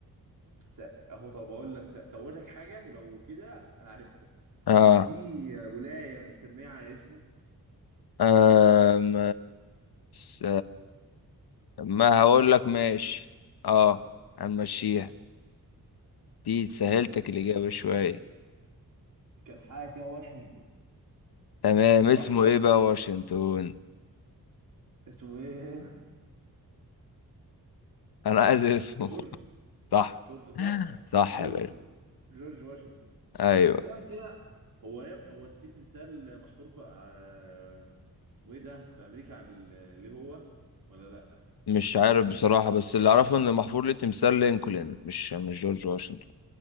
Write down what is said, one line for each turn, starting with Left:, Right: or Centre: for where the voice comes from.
Right: ت- اهو طب اقول لك طب اقول لك حاجة ولو كده انا عرفته
Left: اه
Right: في ولاية متسمية على اسمه
Left: آم، س- ما هقول لك ماشي اه هنمشيها دي سهلتك الإجابة
Right: كان
Left: شوية
Right: كان حاجة كده واشنطن
Left: تمام
Right: صح
Left: اسمه ايه بقى واشنطن
Right: اسمه ايه
Left: انا عايز اسمه
Right: <laughs> جورج
Left: <laughs> صح
Right: جورج صح
Left: صح
Right: جورج
Left: يا باشا
Right: جورج واشنطن
Left: ايوه
Right: تقريبا كده هو يا ابني هو في تمثال محفور في آه، في اسمه ايه ده في امريكا على ال- ليه هو ولا لا
Left: مش عارف بصراحة بس اللي اعرفه ان محفور ليه تمثال لينكولن مش مش جورج واشنطن